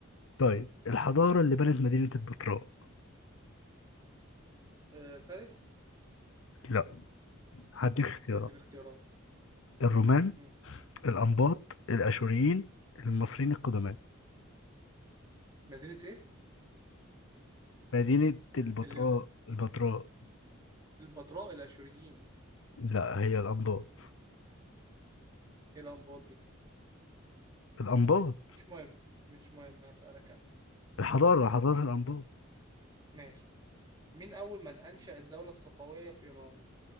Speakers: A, on the left (about 65°); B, on the right (about 20°).
A: طيب الحضارة اللي بنت مدينة البتراء
B: آه، فارس
A: لا هديك اختيارات
B: اديني اختيارات
A: الرومان
B: مم.
A: الأنباط الأشوريين المصريين القدماء
B: مدينه ايه
A: مدينة البتراء
B: اللي
A: البتراء
B: البتراء الاشوريين
A: لا هي الأنباط
B: ايه الانباط دي
A: الأنباط
B: مش مهم مش مهم اسالك انا
A: الحضارة حضارة الأنباط
B: ماشي مين اول من انشا الدوله الصفويه في ايران